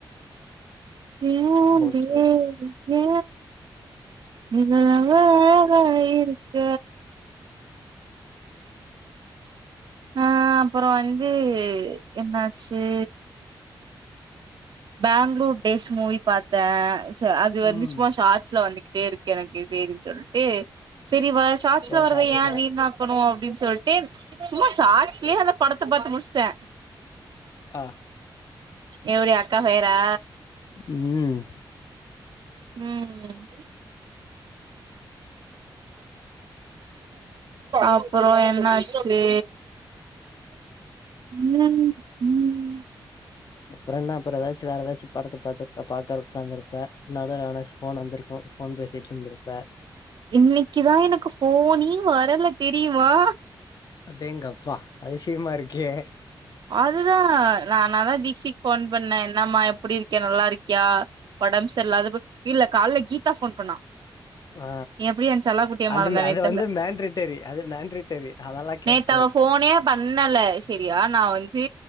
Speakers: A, on the right (about 65°); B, on the left (about 55°).
A: ஏந்து
B: ஓகே ஓகே
A: ஏன் ஏ உன்னாலதா நாயிருக்க ஆ அப்பறோ வந்து என்னாச்சு பேங்களூர் டேஸ் மூவி பார்த்தே அது
B: ம்
A: வந்து சும்மா ஷார்ட்ஸ்ல வந்துகிட்டே இருக்கு எனக்கு சேரின்னு சொல்லிட்டு செரி வ ஷார்ட்ஸ்ல
B: போய்
A: வர்றத
B: பாத்துட்டே
A: ஏன் வீணக்கணு அப்டின்னு சொல்லிட்டு சும்மா ஷார்ட்ஸ்லயே அந்த படத்த பாத்து முடிஸ்ட்டே
B: ஆ
A: எவடி அக்கா பெயரா
B: ம்
A: ம் அப்பறோ என்னாச்சி ம் ம்
B: அப்பறோ என்ன அப்பறோ ஏதாச்சு வேற எதாச்சு படத்த பாத்து உக்கா பாக்க உக்காந்துருப்ப நடுல எவனாச்சு ஃபோன் வந்துருக்கு ஃபோன் பேசிட்டுருந்துருப்ப
A: இன்னிக்குதா எனக்கு ஃபோனே வரல தெரியுமா
B: அடேங்கப்பா அதிசியமா இருக்கே
A: அதுதா நானதா தீக்சிக்கி ஃபோன் பண்ணே என்னம்மா எப்புடி இருக்க நல்லாருக்கியா ஒடம் சரில்லாதப்ப இல்ல கால்ல கீதா ஃபோன் பண்ணா
B: ஆ
A: எப்டி என் செல்ல குட்டிய
B: அது
A: மறந்தனே
B: மே அது
A: தெர்ல
B: வந்து மேண்ட்ரிட்டரி அது மேண்ட்ரிட்டரி அதெல்லா கேக்
A: நேத் அவ ஃபோனே பண்ணல செரியா நா தீ